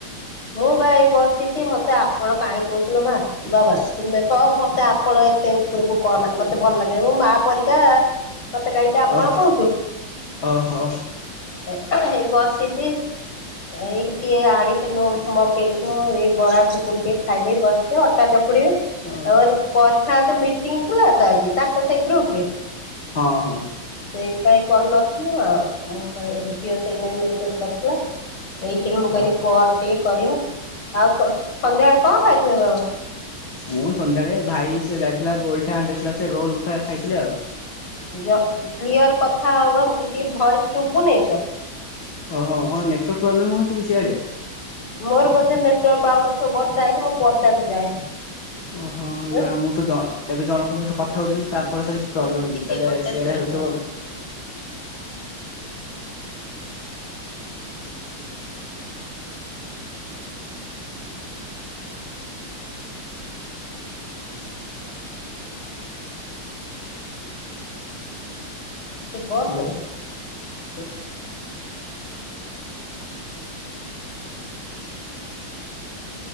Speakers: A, on the left; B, on the left.
A: ମୁଁ ବା ଏଇ ବସିଛି ମତେ ଆପଣ କାଇ କହୁଚୁଲୋ ମା ବାବା ତୁମେ କହ ମତେ ଆପଣ ଏତେ ଉପରକୁ କହନା ମତେ ଭଲ ଲାଗେନି ମୁଁ ମା ପରିକା ମତେ କାହିଁକି ଆପଣ
B: ଓ
A: କହୁଛୁ?
B: ଓହୋ
A: ଏ ଏହେ ବସିଛି ଏଇ ଟିକେ ଆଣିଥିନୁ ମଗେଇଥିନୁ ଏଇ ବରା ଘୁଗୁନି ଟିକେ ଖାଇଦେଇ ବସିଚି ଅଟା ଚକ କୁଡିବି
B: ହୁଁ
A: ତାପରେ କରିଥାନ୍ତୁ ମିଟିଂ ଥିଲା ଥା ହେଇଚି ତାଙ୍କ ସେଇ ଗ୍ରୁପରେ
B: ହଁ ହଁ।
A: ସେଇଥିପାଇଁ କରିନଥିଲୁ ଆଉ ମୁଁ କହ ଝିଅ ସେଇ ନାଇଁ ମେସେଜ୍ କରିଥିଲା ଏଇଖିନୁ ମୁଁ
B: ଓ
A: କହିଲି କର ଟିକେ ଆଉ ସନ୍ଧ୍ୟାବେଳେ କଣ ଖାଇଥିଲ ବାବା?
B: ମୁଁ ସନ୍ଧ୍ୟାବେଳେ ଭାଇ ସେ ଯାଇଥିଲା ରୋଲ ଟେ ଆଣିଦେଇଥିଲା ସେ ରୋଲ ଟା ଖାଇଥିଲି ଆଉ।
A: ଯ କ୍ଲିୟର କଥା ହବ ମତେ ଟିକେ ଭଏସ ଶୁଭୁନେଇ ତ
B: ଓହୋ କଣ ନେଟୱାର୍କ ପ୍ରୋବ୍ଲେମ୍ ହଉଛି କି ସିଆଡେ?
A: ମୋର ବୋଧେ ନେଟୱାର୍କ ପାଉନଥିବ ବର୍ଷା ହେଇଛି ମୁଁ ପଦାକୁ ଯାଏ।
B: ଓହୋ
A: ଉଁ।
B: ନା ମୁଁ ତ ଜ ଏବେ ଜଣଙ୍କ ସହିତ କଥା ହଉଥିଲି ତାଙ୍କର ତ କିଛି ପ୍ରୋବ୍ଲେମ୍
A: ହୁଁ
B: ହେଇନି
A: ଟିକେ
B: ତାହେଲେ
A: ଗୋଟେ
B: ସିଆଡେ
A: ସେକେଣ୍ଡ
B: ହଉ
A: ରୁହନ୍ତୁ।
B: କେତେ ବଲ
A: ତୁ ବନ୍ଦ
B: ହ୍ୟାଲୋ
A: କର।